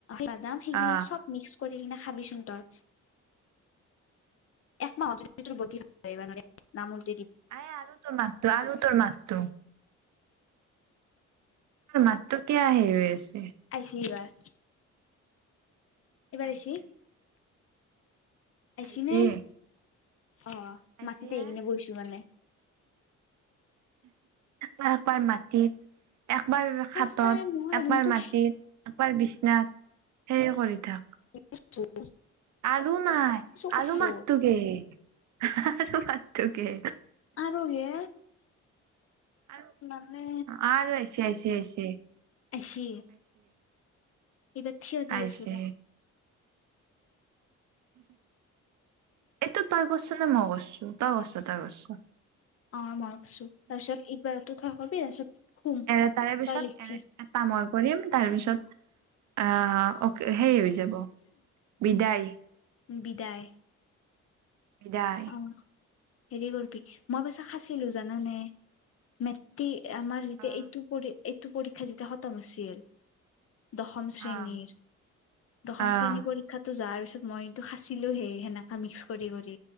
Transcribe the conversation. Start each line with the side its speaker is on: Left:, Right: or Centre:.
Left: বাদাম সেইগিলা
Right: অ।
Left: চব মিক্স কৰি কিনে খাবিচোন তই এক মাহত তোৰ ব দ ন <unintelligible>
Right: আই আৰু তোৰ মাত'টো আৰু তোৰ মাত'টো। তোৰ মাতটো কিয় আহি ছ
Left: আছিলিবাৰ। এবাৰ
Right: আইছে
Left: আছি? আহছি
Right: আইছে
Left: নে অ
Right: আইছে
Left: মাটিতে আহি
Right: আ
Left: কিনে গৈছো মানে।
Right: তবাৰ মাটিত একবাৰ
Left: সঁচাই
Right: হাতত,
Left: মই
Right: একবাৰ
Left: ৰুমটোত
Right: মাটিত, একবাৰ বিচনাত সেয়ে কৰি থাক।
Left: নিশ্চয়।
Right: আৰু নাই
Left: কোঠাটো
Right: আৰু মাতটোকে আৰু মাতটোকে
Left: আৰু হে
Right: আৰু
Left: মানে
Right: আৰু আছেছে আহছেছে।
Left: আইছি। এইব থিয় দিয়
Right: আইছে
Left: আছু'ৰ।
Right: এইটো তই কৰিছ নে মই কৰিছো তই গছ তই কৰিছ।
Left: অ মই কৈছো তাৰপিছত এইবাৰতো থোৱা কৰিবি তাৰপিছত শুম
Right: এ তাৰে পিছত
Left: তই লিখিবি
Right: এ এতা মই কৰিম তাৰপিছত আহ অ সে যাব বিদায়।
Left: বিদায়।
Right: বিদায়।
Left: অ হেৰি কৰিবি মই পেছা খাচিলো জানানে মেটি আমাৰ যেতিয়া
Right: অ
Left: এইটো পৰী এইটো পৰিক্ষা যেতিয়া খতম হৈছিল দশম শ্ৰেণীৰ
Right: অ
Left: দশম
Right: অ
Left: শ্ৰেণীৰ পৰীক্ষাতটো যাৰ তাৰিছত মই এইটো সাচিলো হেই সেনেকা মিক্স কৰি কৰি